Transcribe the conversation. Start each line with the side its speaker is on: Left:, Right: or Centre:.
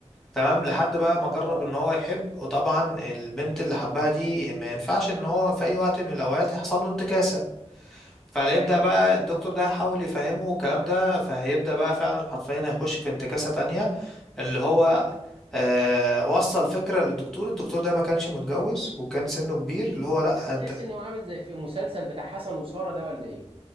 Centre: تمام لحد بقى ما جرب
Right: اه
Centre: ان هو يحب وطبعا البنت اللي حبها دي ما ينفعش ان هو في اي وقت من الاوقات يحصل له انتكاسة فهيبدأ
Right: كويس
Centre: بقى
Right: ايوه
Centre: الدكتور ده يحاول يفهمه الكلام ده فهيبدأ بقى فعلا حرفيا هيخش في انتكاسة تانية اللي هو آه وصل فكرة للدكتور الدكتور ده ما كانش متجوز وكان سنه كبير اللي هو لا
Right: بس تحس
Centre: انت
Right: انه عامل زي في المسلسل بتاع حسن وساره ده ولا ايه